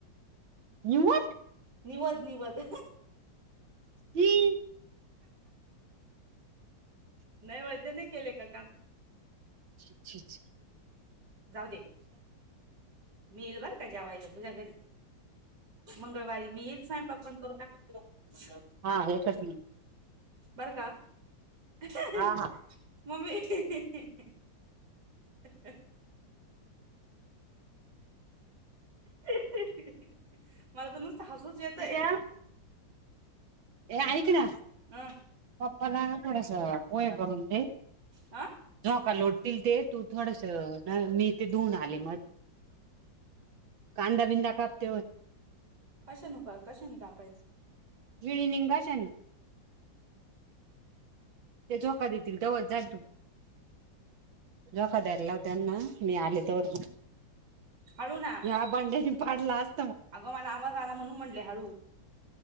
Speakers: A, on the right (about 85°); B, on the right (about 60°).
A: न्यूठ
B: निवज निवद
A: हम्म
B: नैवद्य नाही केले का काम?
A: अ्छ अछ
B: जाऊ दे मी येईल बर का ज्यावाईला तुझ्या घरी मंगळवारी मी येईल सायंपाक पण करू टकु तो
A: हा हेचच नाही
B: बर का? अह
A: हा
B: ह
A: हा
B: मम्मी हिहि हि हह हहह मला तर नुसत हसूच जेत
A: विद्या ए ऐक ना
B: हा
A: पप्पाला ना थोडस पोये करून दे
B: हा
A: जो का लोटतील ते तू थोडस मी ते धुऊून आले मग
B: <inaudible>
A: कांदा बिंदा कापतेवर
B: कशा न कशा नि कापायच
A: विळी निंगाशन ते झोका देतील तवर जा तू जोका दया मला लाव त्यांना मी आले तवर
B: हळू ना
A: ह्या बांड्यानी पाडलास
B: अगं मला आवाज आला म्हणून म्हणले हळू